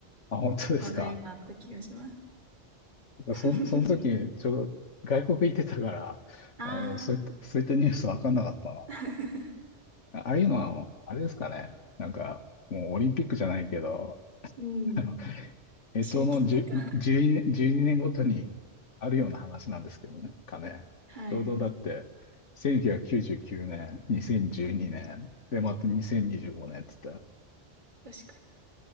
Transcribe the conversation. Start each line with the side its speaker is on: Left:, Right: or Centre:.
Left: あ、本当ですか。
Right: <laughs> 話題があった気がします。
Left: そ、その時、ちょうど外国行ってたから、
Right: ああ
Left: あの、そういった、そういったニュース分かんなかったな。
Right: ー、<laughs>
Left: ああいうのは、あれですかね。なんか、もうオリンピックじゃないけど、
Right: うん。
Left: <laughs> あの、干支の10、
Right: 周期的な、
Left: 12、1年ごとにあるような話なんですけどね、かね。
Right: はい。
Left: ちょうどだって、1999年、2012年、
Right: うん。
Left: で、また2025年って言ったら、
Right: 確かに。